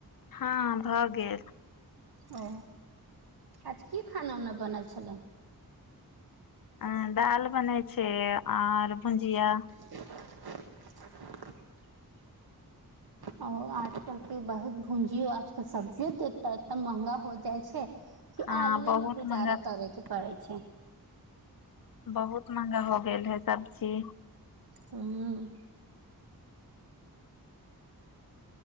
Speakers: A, on the left (about 65°); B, on the right (about 85°).
A: हाँ भऽ गेल
B: ओ आज की खाना उना बनल छलै
A: अऽ दाल बनै छै आर भुजिया
B: <inaudible> ओ आजकल के बहुत भुंजियो आजकल सब्जियो तऽ ए एत महंगा हो जाइ छै कि
A: हँ
B: आलुए
A: बहुत
B: में गुजारा
A: महंगा
B: करे के पड़ै छै
A: बहुत महंगा हो गेल है सब्जी
B: हूँ